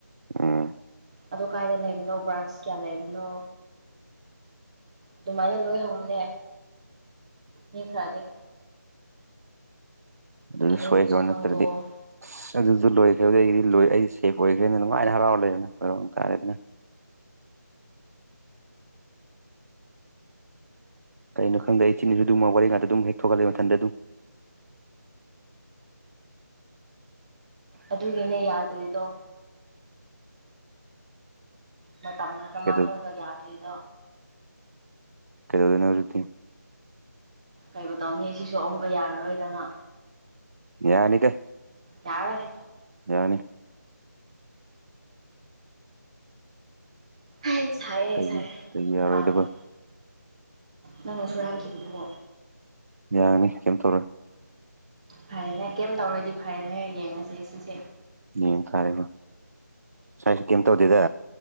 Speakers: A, on the right; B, on the right.
A: ꯎꯝ
B: ꯑꯗꯨ ꯀꯥꯏꯗ ꯂꯩꯕꯅꯣ ꯕ꯭ꯔꯥꯟꯁ ꯀꯌꯥ ꯂꯩꯕꯅꯣ ꯑꯗꯨꯃꯥꯏꯅ ꯂꯣꯏ ꯍꯪꯅꯦ ꯃꯤ ꯈꯔꯗꯤ
A: ꯑꯗꯨꯗꯤ
B: ꯑꯗꯨꯝꯕꯁꯨ
A: ꯁꯣꯏꯈ꯭ꯔ ꯅꯠꯇ꯭ꯔꯗꯤ
B: ꯈꯪꯗꯣꯛꯑꯣ
A: ꯑꯁ ꯑꯗꯨꯁꯨ ꯂꯣꯏꯈ꯭ꯔꯦꯕ ꯑꯩꯒꯤꯗꯤ ꯂꯣꯏ ꯑꯩ ꯁꯦꯞ ꯑꯣꯏꯈ꯭ꯔꯦꯅ ꯑꯗꯨꯃꯥꯏꯅ ꯍꯔꯥꯎꯔ ꯂꯩꯕꯅꯤꯣꯏꯔ ꯇꯥꯔꯦꯗꯅ ꯀꯩꯅꯣ ꯈꯪꯗꯦ ꯏ ꯁꯤꯅꯤꯁꯨ ꯑꯗꯨꯝꯃ ꯋꯥꯔꯤ ꯉꯇ ꯑꯗꯨꯝ ꯍꯦꯛ ꯊꯣꯛꯒꯠꯂꯦ ꯃꯊꯗ ꯑꯗꯨꯝ
B: ꯑꯗꯨꯏꯅꯤꯅꯦ ꯌꯥꯗ꯭ꯔꯤꯗꯣ ꯃꯇꯝ ꯈꯛꯇ
A: ꯀꯩꯗꯧ
B: ꯃꯥꯡꯍꯜꯂꯒ ꯌꯥꯗ꯭ꯔꯤꯗꯣ
A: ꯀꯩꯗꯣꯔꯤꯅ‌ꯣ ꯍꯧꯖꯤꯛꯇꯤ
B: ꯀꯩꯕꯨ ꯇꯧꯅꯤ ꯁꯤꯁꯨ ꯑꯃꯨꯛꯀ ꯌꯥꯔꯔꯣꯏꯗꯅ
A: ꯌꯥꯅꯤꯗ
B: ꯌꯥꯔꯔ‌ꯣꯏ
A: ꯌꯥꯅꯤ
B: ꯍꯥꯏ ꯁꯥꯏꯌꯦ ꯑꯩ
A: ꯀꯩꯒꯤ
B: ꯁꯥꯏꯌꯦ
A: ꯀꯩꯒꯤ ꯌꯥꯔꯣꯏꯗꯕ
B: ꯃꯄꯥꯟꯅꯔ ꯅꯪꯅ ꯁꯨꯍꯟꯈꯤꯕꯗꯨꯕꯣ
A: ꯌꯥꯅꯤ ꯀꯩꯝꯇꯧꯔꯦ
B: ꯐꯔꯦꯅꯦ ꯀꯩꯝ ꯇꯧꯔꯗꯤ ꯐꯔꯦꯅꯦ ꯌꯦꯡꯉꯁꯦ ꯁꯤꯁꯦ
A: ꯅꯌꯦ ꯐꯥꯔꯦꯒ ꯉꯁꯥꯏꯁꯤ ꯀꯩꯝ ꯇꯧꯗꯦꯗ